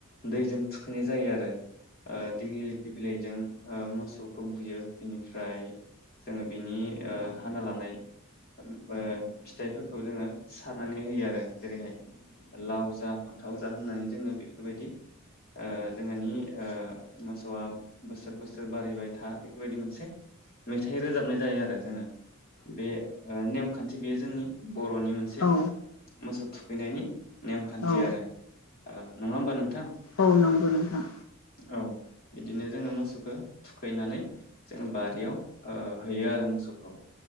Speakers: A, on the left (about 45°); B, on the left (about 85°).
A: दैजों थुखैनाय जायो आरो। ओ दिग्लिलिथि बिलाइजों ओ मोसौखौ बुयो बिनिफ्राय जोङो बिनि ओ हाना लानाय ओ फिथाइफोरखौ जोङो सारनानै होयो आरो जेरैहाय लाव जा फान्थाव जा होननानै जोङो बेफोरबायदि ओ जोंहानि ओ मोसौआ बोसोर बोसोर बारिबाय था। बेफोरबायदि मोनसे मेथाइ रोजाबनाय जायो आरो जोङो। बे ओ नेमखान्थि थि बेयो जोंनि बरनि मोनसे
B: औ
A: मोसौ थुख खैनायनि नेमखान्थि
B: औ
A: आरो ओ नङा होमबा नोंथां?
B: औ नंगौ नोंथां।
A: औ बिदिनो जोङो मोसौखौ थुखैनानै जोङो बारियाव ओ हैयो आरो मोसौखौ।